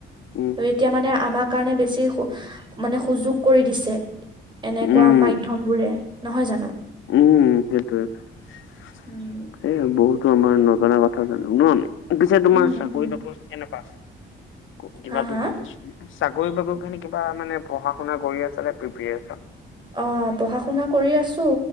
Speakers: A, on the left; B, on the right.
A: উম।
B: ত এতিয়া মানে আমাৰ কাৰণে বেছি মানে সুযোগ কৰি দিছে। এনেকুৱা
A: উম,
B: মাধ্যম বোৰে, নহয় জানো?
A: উম, সেইটোৱে
B: উম
A: সেই বহুতো আমাৰ নজনা কথা জানো ন, আমি। পিছে তোমাৰ
B: উম
A: চাকৰি-
B: উম
A: বাকৰি কেনেকুৱা আছে? কিবা
B: হা হা
A: চাকৰি- বাকৰি কাৰণে কিবা মানে পঢ়া শুনা কৰি আছানে, প্ৰিপাৰেচন?
B: অ, পঢ়া শুনা কৰি আছোঁ।